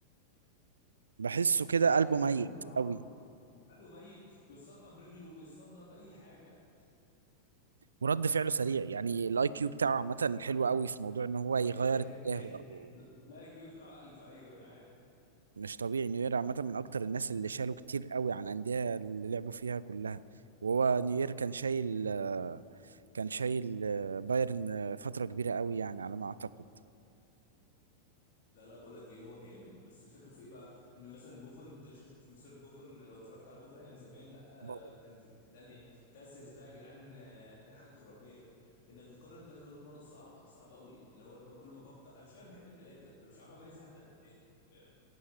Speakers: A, on the right (about 70°); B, on the left (about 55°).
A: بحسه
B: مشكله
A: كده
B: ثلاثه
A: قلبه
B: احسن
A: ميت
B: من بعض
A: قوي
B: قالوا ميت بيتصدى برجله وبيتصدى باي حاجه
A: ورد فعله سريع يعني الاي كيو بتاعه عامه حلو قوي في موضوع ان هو يغير
B: <laughs>
A: اتجاهه او
B: الاي كيو بتاع 1000 ايوه انا
A: مش طبيعي نوير عامه من اكتر الناس اللي شالوا كتير قوي عن انديه اللي لعبوا فيها كلها وهو نوير كان شايل كان شايل بايرن فتره كبيره قوي يعني على ما اعتقد
B: لا لا بقول لك ايه هو جامد بس الفكره في ايه بقى ان مثلا بوفون انت شفت مسيره بوفون لو اتفرجت على بوفون ايام زمان لا
A: بابا
B: آه، كان في حته تانية كاسياس ده يا جدعان آه، كان حاجه خرافيه انك تقارن الثلاثه دول برضه صعبه صعبه قوي اللي هو بقى كل ما افكر انا مش كده بحب الثلاثه فمش عارف اميز حد عن التاني فاهم